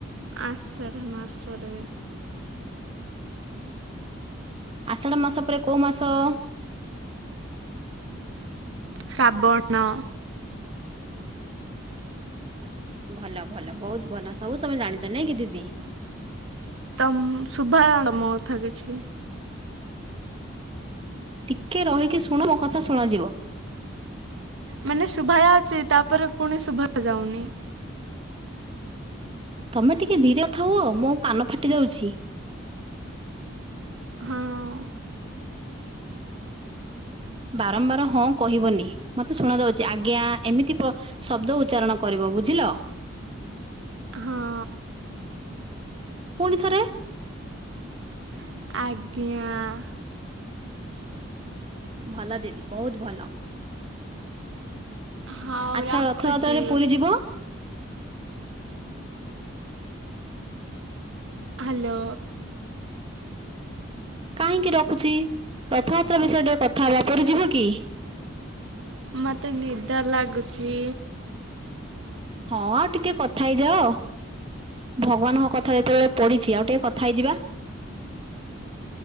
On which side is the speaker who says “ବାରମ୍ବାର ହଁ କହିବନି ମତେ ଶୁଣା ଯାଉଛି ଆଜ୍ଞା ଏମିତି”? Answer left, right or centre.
Right